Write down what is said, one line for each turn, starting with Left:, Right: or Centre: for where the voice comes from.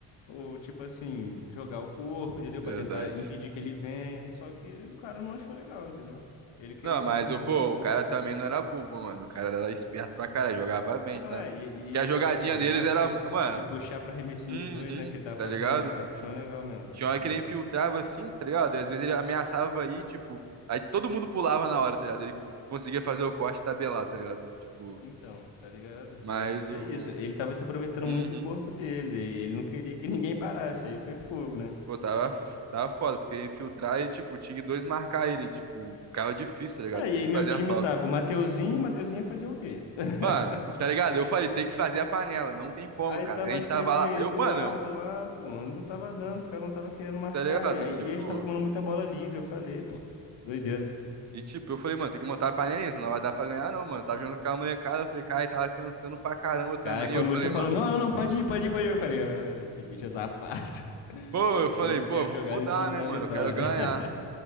Left: Ou tipo assim, jogar o corpo, entendeu?
Right: Verdade.
Left: Pra tentar impedir que ele venha. Só que o cara não achou legal, entendeu? Ele queria
Right: Não,
Left: continuar
Right: mas o
Left: fazendo
Right: pô,
Left: os pontos.
Right: o cara também não era bobo, mano. O cara era esperto pra caralho, jogava bem,
Left: Não,
Right: tá?
Left: é, e, e,
Right: Porque a
Left: e
Right: jogadinha
Left: eu falei isso, ele
Right: deles
Left: jogava
Right: era,
Left: bem.
Right: mano,
Left: De puxar pro arremessinho
Right: uhum,
Left: de dois, né, que ele tava
Right: tá
Left: fazendo,
Right: ligado?
Left: ele tava puxando legal mesmo, tava
Right: Tinha
Left: puxando
Right: hora que
Left: legal.
Right: ele infiltrava assim, tá ligado? E às vezes ele ameaçava aí, tipo, aí todo mundo pulava na hora, tá ligado? Ele conseguia fazer o corte e tabelar, tá ligado? Tipo,
Left: Então, tá ligado?
Right: mas
Left: Mas
Right: o
Left: é isso, ele tava se aproveitando
Right: uhum.
Left: muito do corpo dele, e ele não queria que ninguém parasse, aí foi fogo, né?
Right: Pô, tava, tava foda, porque infiltrar e, tipo, tinha que dois marcar ele, tipo, ficava difícil, tá ligado?
Left: É,
Right: Sempre
Left: e aí meu
Right: fazia
Left: time
Right: falta.
Left: tava o Mateuzinho, e Mateuzinho ia fazer o quê? <laughs>
Right: Mano, tá ligado? Eu falei, tem que fazer a panela, não tem como,
Left: Aí
Right: cara.
Left: tava
Right: A gente
Left: aquele
Right: tava lá, eu,
Left: Eduardo
Right: mano, eu-
Left: lá, pô, não tava dando, os caras não tava querendo marcar,
Right: tá ligado?
Left: e,
Right: Tipo,
Left: e a gente tava tomando muita bola livre, eu falei, pô, doideira.
Right: e tipo, eu falei, mano, tem que montar a panelinha, senão não vai dar pra ganhar, não, mano. Tava jogando com a molecada, eu falei, cara, e tava cansando pra caramba também.
Left: Cara, quando
Right: E eu
Left: você
Right: falei,
Left: falou,
Right: mano,
Left: não, não, não, pode ir, pode ir, pode ir, eu falei, "Ah, esse bicho é safado. <laughs>
Right: pô, eu falei,
Left: Ele
Right: pô,
Left: quer
Right: vou
Left: jogar
Right: mudar,
Left: no time
Right: né,
Left: da
Right: mano?
Left: vitória.
Right: Eu quero ganhar.
Left: <laughs>